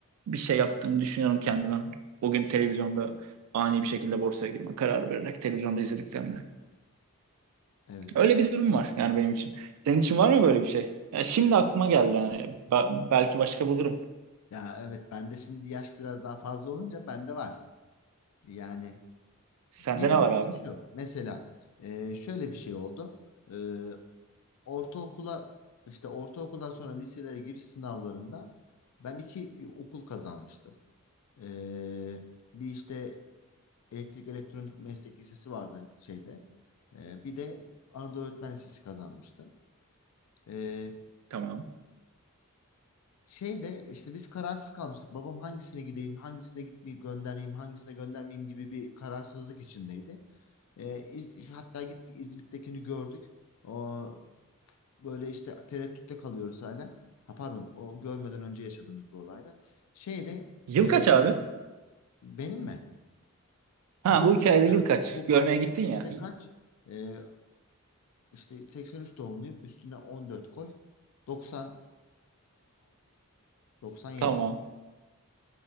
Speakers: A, on the right; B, on the left.
A: bir şey yaptığımı düşünüyorum kendime. O gün televizyonda ani bir şekilde borsaya girme kararı vererek televizyonda izlediklerimle.
B: Evet.
A: Öyle bir durum var yani benim için. Senin için var mı böyle bir şey? Ya şimdi aklıma geldi hani. Ba- belki başka bulurum.
B: Ya evet bende şimdi yaş biraz daha fazla olunca bende var. Yani
A: Sende
B: birincisi
A: ne var abi?
B: şu. Mesela e, şöyle bir şey oldu. E, ortaokula işte ortaokuldan sonra liselere giriş sınavlarında ben iki e, okul kazanmıştım. E, bir işte elektrik elektronik meslek lisesi vardı şeyde. E, bir de Anadolu Öğretmen Lisesi kazanmıştım. E,
A: Tamam.
B: şey de işte biz kararsız kalmıştık. Babam hangisine gideyim, hangisine gitmeyip göndereyim, hangisine göndermeyeyim gibi bir kararsızlık içindeydi. Ee, İz- hatta gittik İzmit'tekini gördük. O, böyle işte tereddütte kalıyoruz hala. Ha pardon, o görmeden önce yaşadığımız bir olayda. Şeyde
A: Yıl
B: e,
A: kaç abi?
B: benim mi?
A: Ha
B: Yıl
A: bu hikayede
B: ha,
A: yıl kaç?
B: bu
A: Görmeye
B: bahsettiğim
A: gittin ya.
B: işte kaç? Ee, işte 83 doğumluyum. Üstüne 14 koy. 96, 97.
A: Tamam.